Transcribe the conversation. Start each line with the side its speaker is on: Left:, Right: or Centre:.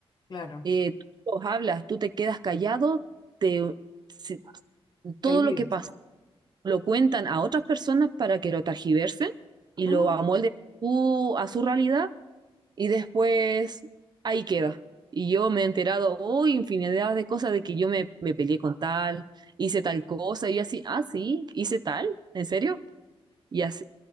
Left: claro,
Right: Eh, tú los hablas, tú te quedas callado, te, se- todo
Left: te olvidas.
Right: lo que pasa lo cuentan a otras personas para que lo targiversen y
Left: ¡Ah!
Right: lo amolden tú a su realidad y después ahí queda. Y yo me he enterado, oh, infinidad de cosas de que yo me, me peleé con tal, hice tal cosa, y yo así, ah, sí, hice tal, ¿en serio? Y así,